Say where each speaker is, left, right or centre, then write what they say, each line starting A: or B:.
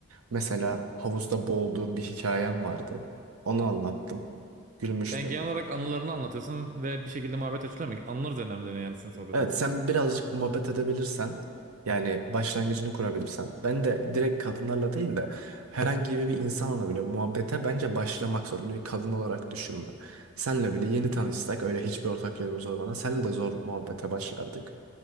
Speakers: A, on the right; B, on the right.
A: Mesela havuzda boğulduğum bir hikayem vardı. Onu anlattım. Gülmüştü.
B: Yani genel olarak anılarını anlatıyorsun ve bir şekilde muhabbet açılıyor mu? Anılar üzerine mi dönüyor yani sizin sohbetiniz?
A: Evet sen birazcık muhabbet edebilirsen yani başlangıcını kurabilirsen ben de direkt kadınlarla değil de herhangi bir insanla bile muhabbete bence başlamak zor. Bunu bir kadın olarak düşünme. Senle bile yeni tanışsak öyle hiçbir ortak yönümüz olmadan Senle de zor muhabbete başlardık.